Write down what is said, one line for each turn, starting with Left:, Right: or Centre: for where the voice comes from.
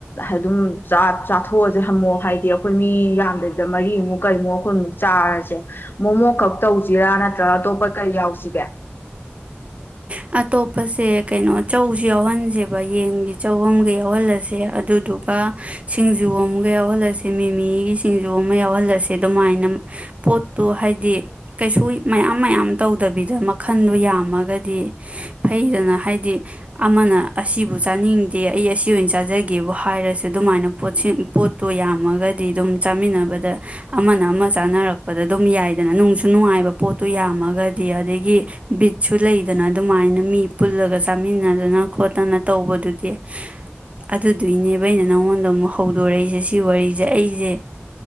Left: ꯑꯗꯨꯝ ꯆꯥ ꯆꯥꯊꯣꯛꯑꯖꯦ ꯍꯝꯃꯣ ꯍꯥꯏꯗꯤ ꯑꯈꯣꯏ ꯃꯤ ꯌꯥꯝꯗꯕꯤꯗ ꯃꯔꯤꯃꯨꯛ ꯀꯔꯤꯃꯨꯛ ꯈꯣꯏꯃꯨꯛ ꯆꯥꯔꯖꯦ ꯃꯣꯃꯣ ꯈꯛ ꯇꯧꯖꯤꯔꯅ ꯅꯠꯇ꯭ꯔ ꯑꯇꯣꯞꯄ ꯀꯔꯤ ꯌꯥꯎꯁꯤꯒꯦ
Right: ꯑꯇꯣꯞꯄꯁꯦ ꯀꯩꯅꯣ ꯆꯧꯁꯨ ꯌꯥꯎꯍꯟꯖꯦꯕ ꯌꯦꯟꯒꯤ ꯆꯧ ꯑꯃꯒ ꯌꯥꯎꯍꯜꯂꯁꯦ ꯑꯗꯨꯗꯨꯒ ꯁꯤꯡꯖꯨ ꯑꯃꯒ ꯌꯥꯎꯍꯜꯂꯁꯦ ꯃꯤꯃꯤꯒꯤ ꯁꯤꯡꯖꯨ ꯑꯃ ꯌꯥꯎꯍꯜꯂꯁꯦ ꯑꯗꯨꯃꯥꯏꯅ ꯄꯣꯠꯇꯣ ꯍꯥꯏꯗꯤ ꯀꯩꯁꯨ ꯃꯌꯥꯝ ꯃꯌꯥꯝ ꯇꯧꯗꯕꯤꯗ ꯃꯈꯟꯗꯣ ꯌꯥꯝꯃꯒꯗꯤ ꯐꯩꯗꯅ ꯍꯥꯏꯗꯤ ꯑꯃꯅ ꯑꯁꯤꯕꯨ ꯆꯥꯅꯤꯡꯗꯦ ꯑꯩ ꯑꯁꯤ ꯑꯣꯏꯅ ꯆꯥꯖꯒꯦꯕꯨ ꯍꯥꯏꯔꯁꯨ ꯑꯗꯨꯃꯥꯏꯅ ꯄꯣꯠꯁꯤ ꯄꯣꯠꯇꯣ ꯌꯥꯝꯃꯒꯗꯤ ꯑꯗꯨꯝ ꯆꯥꯃꯤꯟꯅꯕꯗ ꯑꯃꯅ ꯑꯃ ꯆꯥꯅꯔꯛꯄꯗ ꯑꯗꯨꯝ ꯌꯥꯏꯗꯅ ꯅꯨꯡꯖꯨ ꯅꯨꯡꯉꯥꯏꯕ ꯄꯣꯠꯇꯣ ꯌꯥꯝꯃꯒꯗꯤ ꯑꯗꯒꯤ ꯕꯤꯠꯁꯨ ꯂꯩꯗꯅ ꯑꯗꯨꯃꯥꯏꯅ ꯃꯤ ꯄꯨꯜꯂꯒ ꯆꯥꯃꯤꯟꯅꯗꯅ ꯈꯣꯠꯇꯅ ꯇꯧꯕꯗꯨꯗꯤ ꯑꯗꯨꯗꯨꯏꯅꯦꯕ ꯑꯩꯅ ꯅꯉꯣꯟꯗ ꯑꯃꯨꯛ ꯍꯧꯗꯣꯔꯛꯏꯁꯦ ꯁꯤ ꯋꯥꯔꯤꯖꯦ ꯑꯩꯖꯦ